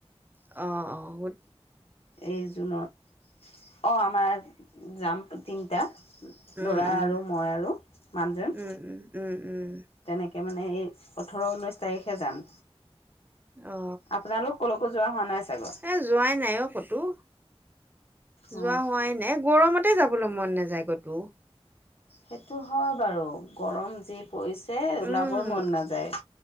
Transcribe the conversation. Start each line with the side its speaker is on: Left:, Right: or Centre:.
Right: অ, অ,
Left: এই জুনৰ অঁ আমাৰ যাম তিনিটা।
Right: উম
Left: ল'ৰা
Right: উম
Left: আৰু মই আৰু মানুহজন।
Right: উম উম উম উম।
Left: তেনেকে মানে এই ওঠৰ ঊনৈছ। প তাৰিখে যাম
Right: অ
Left: আপোনালোক ক'লৈকো যোৱা হোৱা নাই চাগৈ।
Right: এ যোৱাই নাই অ কতো
Left: অঁ
Right: যোৱা হোৱাই নাই গৰমত। তাতে যাবলৈ মন নাযায় গতো।
Left: সেইটো হয় বাৰু গৰম যি পৰিছে ওলাবই
Right: উম
Left: মন নাযায়।